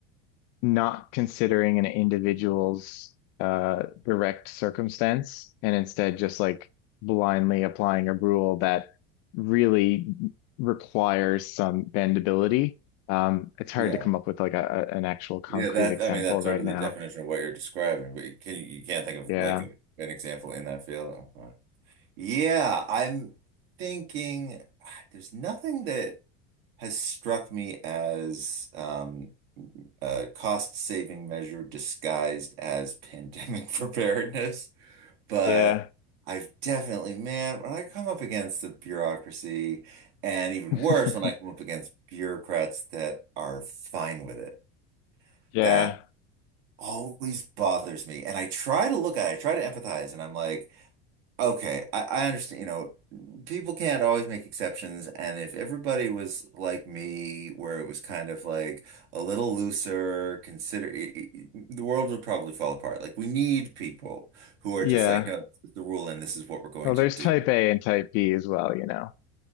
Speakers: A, on the left; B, on the right.
A: not considering an individual's uh direct circumstance and instead just like blindly applying a rule that really requires some bendability. Um, it's hard
B: Yeah.
A: to come up with like a, a- an actual concrete
B: Yeah, that
A: example
B: I mean that's
A: right
B: sort of
A: now.
B: the definition of what you're describing, but you can you can't think of
A: Yeah.
B: like an example in that field. Okay. Yeah, I'm thinking <sighs> there's nothing that has struck me as um, a cost-saving measure disguised as pandemic <laughs> preparedness. But
A: Yeah.
B: I've definitely, man, when I come up against the bureaucracy, and even
A: <laughs>
B: worse, when I come up against bureaucrats that are fine with it,
A: Yeah.
B: that always bothers me. And I try to look at it, I try to empathize, and I'm like, Okay, I, I understand, you know, people can't always make exceptions, and if everybody was like me, where it was kind of like a little looser, consider i- i- the world would probably fall apart. Like we need people who are
A: Yeah.
B: just like, no, this is the rule and this is what we're going
A: Well,
B: to
A: there's
B: do.
A: type A and type B as well, you know.